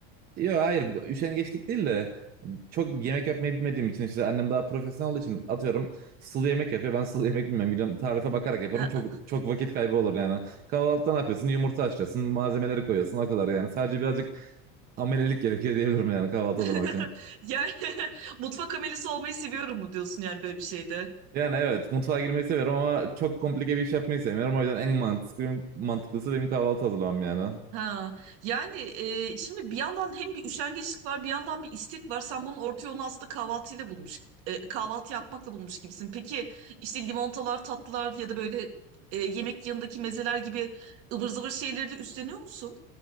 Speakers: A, on the right (about 30°); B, on the right (about 50°).
A: Yok hayır üşengeçlik değil de çok yemek yapmayı bilmediğim için işte annem daha profesyonel olduğu için atıyorum sulu yemek yapıyor. Ben sulu yemek bilmiyorum. Gidiyorum tarife bakarak yaparım.
B: Aa.
A: Çok çok vakit kaybı olur yani. Kahvaltıda ne yapıyorsun? Yumurta haşlıyorsun, malzemeleri koyuyorsun o kadar yani. Sadece birazcık amelelik gerekiyor diyebilirim yani kahvaltı
B: <laughs>
A: hazırlamak için.
B: Yani <laughs> mutfak amelisi olmayı seviyorum mu diyorsun yani böyle bir şeyde?
A: Yani evet mutfağa girmeyi seviyorum ama çok komplike bir iş yapmayı sevmiyorum. O yüzden en mantıklı, mantıklısı benim kahvaltı hazırlamam yani.
B: Ha, yani e, şimdi bir yandan hem bir üşengeçlik var, bir yandan bir istek var. Sen bunun orta yolunu aslında kahvaltıyla bulmuş, e, kahvaltı yapmakla bulmuş gibisin. Peki işte limonatalar, tatlılar ya da böyle e, yemek yanındaki mezeler gibi ıvır zıvır şeyleri de üstleniyor musun?